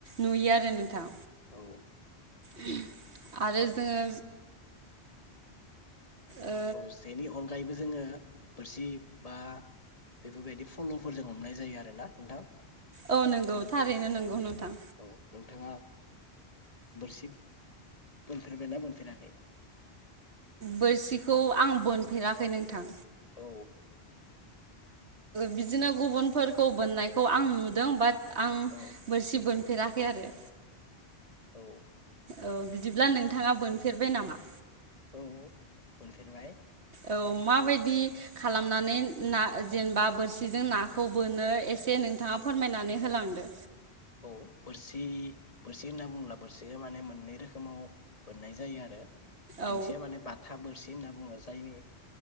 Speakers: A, on the right; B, on the left.
A: नुयो आरो नोंथां।
B: औ
A: <unintelligible> आरो जोङो ओ
B: औ जेनि अनगायैबो जोङो बोरसि बा बेफोरबायदि फल'फोरजों हमनाय जायो आरोना नोंथां
A: औ नोंगौ थारैनो
B: औ
A: नोंगौ नोंथां
B: औ नोंथाङा बोरसि बोनफेरबायना बोनफेराखै?
A: बोरसिखौ आं बोनफेराखै नोंथां।
B: औ
A: बिदिनो गुबुनफोरखौ बोननायखौ आं नुदों बाट आं
B: औ
A: बोरसि बोन फेराखै आरो
B: औ
A: औ बिदिब्ला नोंथाङा बोनफेरबाय नामा
B: औ बोनफेरबाय।
A: औ माबायदि खालामनानै ना जेनेबा बोरसिजों नाखौ बोनो एसे नोंथाङा फोरमायनानै होलांदो।
B: औ बोरसि बोरसि होनना बुङ्ला बोरसिखौ माने मोननै रोखोमाव मोननाय जायो आरो
A: औ
B: मोनसे माने बाथा बोरसि होनना बुङो जायनि